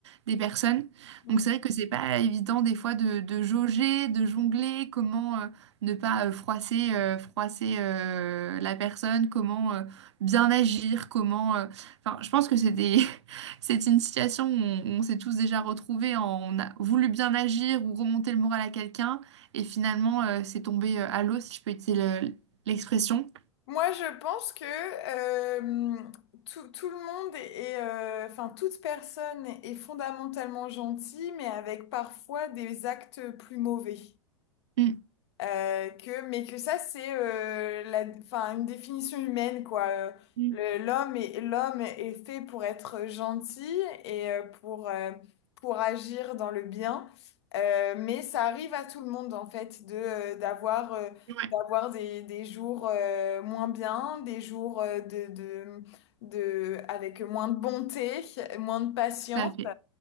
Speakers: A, on the right; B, on the left.
A: des personnes.
B: mm.
A: Donc c'est vrai que c'est pas évident des fois de, de jauger, de jongler, comment euh, ne pas euh, froisser, euh, froisser euh, la personne, comment euh, bien agir, comment. euh, Enfin, je pense que c'est des, <laughs> c'est une situation où on, on s'est tous déjà retrouvés, en- on a voulu bien agir ou remonter le moral à quelqu'un et finalement euh, c'est tombé euh, à l'eau, si je peux utiliser le- l'expression.
B: Moi, je pense que euh, tout, tout le monde est, est, euh, enfin, toute personne est fondamentalement gentille, mais avec parfois des actes plus mauvais.
A: Mm.
B: Euh, que, mais que ça, c'est euh, la, enfin, une définition humaine, quoi. Euh,
A: Mm.
B: le- L'homme est, l'homme est fait pour être gentil et euh, pour, euh, pour agir dans le bien. Euh, mais ça arrive à tout le monde, en fait, de, euh, d'avoir, euh,
A: Ouais,
B: d'avoir des, des jours euh, moins bien, des jours euh, de, de, de, avec moins de bonté, moins de patience
A: tout à fait.